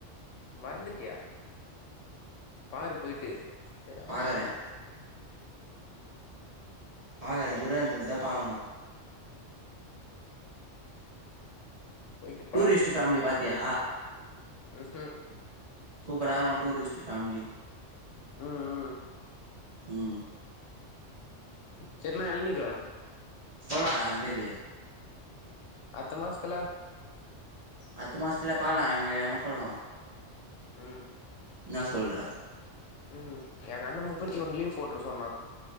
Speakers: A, on the left; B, on the right.
A: மறந்துடியா பாரு போயிட்டு சரியான
B: பாக்குறே
A: படம்
B: பாக்கற துரந்தர்தா பாக்கணும்
A: போயிட்டு
B: டூரிஸ்ட் பேமிலி பாத்தியா
A: உம் ம்
B: சுப்பரா இருக்கு டூரிஸ்ட் பேமிலி
A: ம் ம்
B: ம்
A: செரினா எழநீர்
B: போலா லிரி
A: அட்த்த மாசத்ல
B: அட்த்த மாசத்ல பாக்லா எங்கனா போலா
A: ம்
B: இன்னா சொல்ற
A: ம் எங்க அண்ண முப்பத்தி ஒன் லீவ் போட்ர சொன்னா